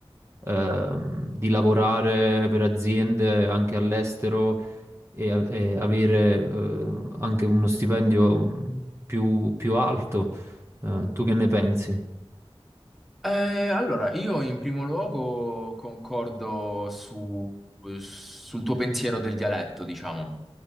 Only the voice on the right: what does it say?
ehm, di lavorare per aziende anche all'estero e, a- e avere eh, anche uno stipendio mh, più, più alto. Eh, tu che ne pensi?